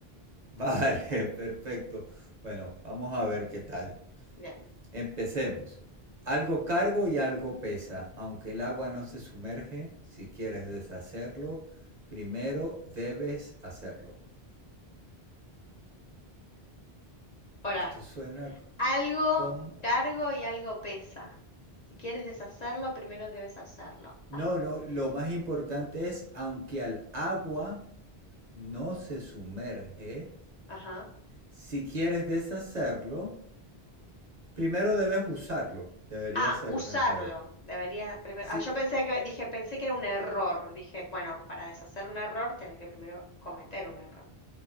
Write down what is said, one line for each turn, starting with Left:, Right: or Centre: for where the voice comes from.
Right: Vale, perfecto. Bueno, vamos a ver qué tal.
Left: Bien,
Right: Empecemos. Algo cargo y algo pesa, aunque el agua no se sumerge, si quieres deshacerlo, primero debes hacerlo.
Left: ahora,
Right: Esto suena
Left: algo
Right: como...
Left: cargo y algo pesa. Si quieres deshacerlo, primero debes hacerlo.
Right: No,
Left: Haz-
Right: no, lo más importante es, aunque al agua no se sumerge,
Left: Ajá.
Right: si quieres deshacerlo, primero debes usarlo. Debería
Left: Ah,
Right: ser
Left: usarlo.
Right: mejor.
Left: Debería primero.
Right: Sí,
Left: Ah, yo pensé que, dije, pensé que era un error. Dije, bueno, para deshacer un error tenés que primero cometer un error.